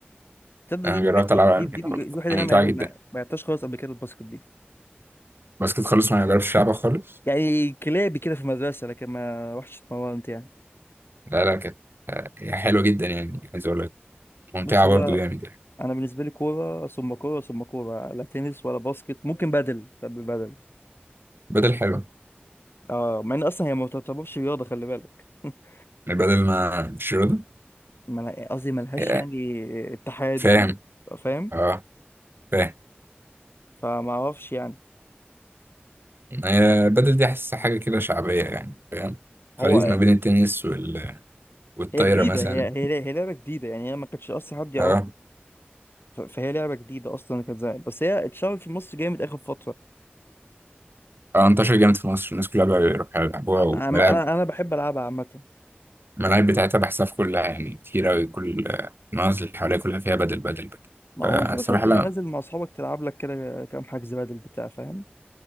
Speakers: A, on the left (about 70°); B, on the right (about 65°).
A: تصدق
B: أنا
A: دي دي
B: جربت ألعبها
A: دي,
B: قبل
A: دي,
B: كده
A: دي
B: والله
A: الوحيدة
B: ممتعة
A: اللي أنا ما
B: جدا
A: لعبت- ما لعبتهاش خالص قبل كده الباسكت دي
B: الباسكت خالص ما جربتش ألعبها خالص
A: يعني كلابي كده في المدرسة لكن ما رحتش اتمرنت يعني
B: لا لا كانت آه، هي حلوة جدا يعني عايز أقول لك ممتعة
A: بص هو
B: برضه جامد يعني
A: أنا بالنسبة لي كورة ثم كورة ثم كورة لا تنس ولا باسكت ممكن بدل بحب بدل
B: بدل حلوة
A: اه مع ان اصلا هي ما تعتبرش رياضه خلي بالك <laughs>
B: يعني بدل ما مش رياضة
A: ما أنا- قصدي ملهاش
B: آه،
A: يعني اتحاد
B: فاهم
A: في مصر فاهم
B: أه فاهم
A: فما اعرفش يعني
B: هي بدل دي حاسس حاجة كده شعبية يعني فاهم خليط
A: هو
B: ما بين التنس وال... والطايرة
A: هي جديده
B: مثلا
A: هي هي هي لعبه جديده يعني هي ما كانتش اصلا حد يعرفها
B: اه
A: ف- فهي لعبه جديده اصلا كانت زمان بس هي اتشهرت في مصر جامد اخر فتره
B: اه انتشر جامد في مصر الناس كلها بقى بيروحوا يلعبوها
A: انا
B: والملاعب
A: انا أنا بحب العبها عامه
B: الملاعب بتاعتها بحسها في كلها يعني كتير أوي كل آه، المناطق اللي حواليها كلها فيها بدل بدل بدل
A: ما
B: فالصراحة
A: هو انت مثلا تبقى
B: لا
A: نازل مع اصحابك تلعب لك كده كام حجز بدل بتاع فاهم